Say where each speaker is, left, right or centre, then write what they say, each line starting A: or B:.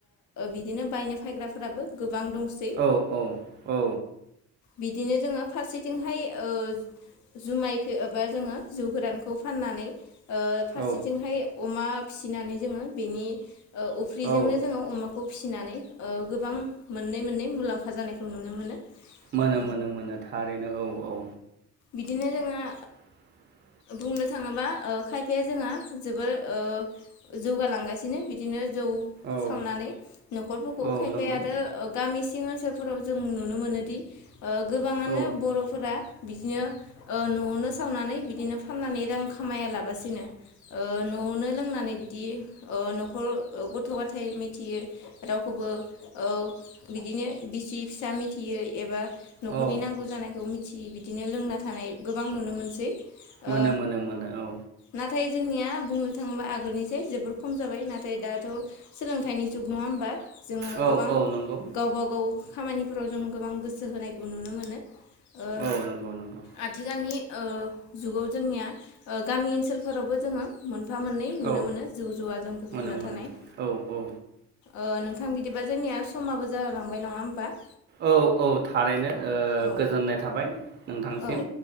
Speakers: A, on the left; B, on the right.
A: बिदिनो बायनो फायग्राफोराबो गोबां दं सै
B: औ औ औ
A: बिदिनो जोङो फारसेथिंहाय ओ जुमायखौ एबा जोङो जिउ गोरानखौ फाननानै फारसेथिंहाय
B: औ
A: अमा फिसिनानै जोङो बेनि उफ्रिजोंनो
B: औ
A: जोङो अमा खौ फिसिनानै ओ गोबां मोननै मोननै मुलाम्फा जानायखौ नुनो मोनो।
B: मोनो
A: ओ
B: मोनो मोनो थारैनो औ औ।
A: बिदिनो जोङो
B: <inaudible>
A: बुंनो थाङोबा ओ खायफाया जोंहा जोबोर ओ जौगालांगासिनो बिदिनो जौ
B: औ
A: सावनानै न'खरफोरखौ
B: औ
A: खायफाया
B: नंगौ
A: आरो ओ गामि सिं ओनसोलफोराव जों नुनो मोनोदि ओ गोबाङानो
B: औ
A: बर'फोरा बिदिनो न'आवनो सावनानै बिदिनो फाननानै रां खामायालाबासिनो न'आवनो लोंनानै बि दि ओ न'खर गथ' गथाय मिथियो रावखौबो ओ बिदिनो बिसि फिसा मिथियै एबा न'खरनि
B: औ
A: नांगौ जानायखौ मिथिय बिदिनो लोंना थानाय गोबां नुनो मोनसै।
B: मोनो
A: ओ
B: मोनो मोनो औ
A: नाथाय जोंनिया बुंनो थाङोब्ला आगोलनिसै जोबोर खम जाबाय ना नाथाय दाथ' सोलोंथाइनि जुग नङा हबा जोङो
B: औ
A: गोबां
B: औ नंगौ
A: गावबा गाव खामानिफोराव जों गोबां गोसो होनायखौ नुनो मोनो। ओ
B: औ नंगौ नंगौ
A: आथिखालनि ओ जुगाव जोंनिया ओ गामि ओनसोलफोरावबो जोङो मोनफा मोननै नुनो
B: औ
A: मोनो जौ जुवाजों गुफुबना
B: मोनो मोनो
A: थानाय।
B: औ औ
A: ओ नोंथां बिदिबा जोंनिया समाबो जालांबाय नङा होमबा?
B: औ औ थारैनो ओ
A: औ
B: गोजोननाय थाबाय। नोंथांसिम
A: औ